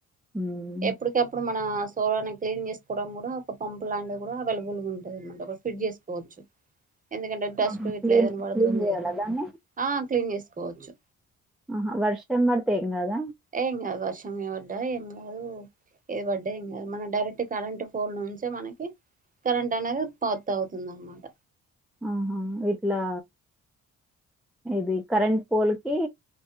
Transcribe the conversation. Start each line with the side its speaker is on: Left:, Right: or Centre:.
Centre: ఉమ్
Right: ఎప్పుడుకప్పుడు మ నా సోలార్ ని క్లీన్ చేసుకోవడం కూడా ఒక పంప్ లాంటివి కూడా అవైలబుల్ గా ఉంటది అనమాట ఒక ఫిట్ చేసుకోవచ్చు ఎందుకంటే డస్ట్
Centre: ఆహా క్లీన్
Right: ఇట్లా ఏదైనా పడుతుంది
Centre: క్లీన్ చేయాలా
Right: కదా
Centre: దాన్ని
Right: ఆ క్లీన్ చేసుకోవచ్చు
Centre: ఆహ వర్షం బడితే ఏం గాదా
Right: ఏం కాదు వర్షం ఇ పడ్డా ఏం కాదు ఇది పడ్డ ఏం కాదు వర్షమే వడ్డ ఏం కాదు ఎవడ్డ ఏం గాదు మన డైరెక్ట్ కరెంట్ ఫోన్ నుంచే మనకి కరెంట్ అనేది ఉత్పత్తి అవుతుంది అనమాట
Centre: ఆహా ఇట్లా ఇది కరెంట్ పోల్కి